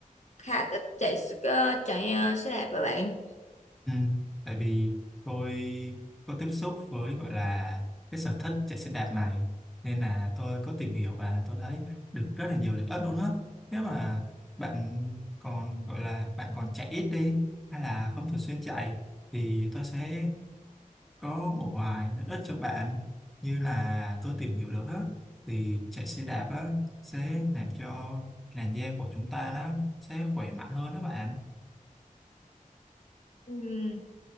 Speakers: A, on the left; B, in the centre.
A: khá thích chạy s- ờ, chạy à, xe đạp với bạn.
B: Ừ, tại vì tôi có tiếp xúc với gọi là cái sở thích chạy xe đạp này nên là tôi có tìm hiểu và tôi thấy được rất là nhiều lợi ích luôn á nếu mà bạn còn gọi là bạn còn chạy ít đi hay là không thường xuyên chạy thì tôi sẽ có một vài lợi ích cho bạn như là tôi tìm hiểu được á thì chạy xe đạp á sẽ làm cho làn da của chúng ta đó sẽ khỏe mạnh hơn đó bạn
A: Ừm,